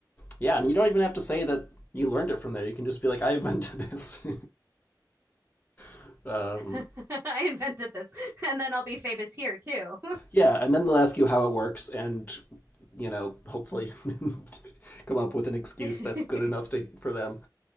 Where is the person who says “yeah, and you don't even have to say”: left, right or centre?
Left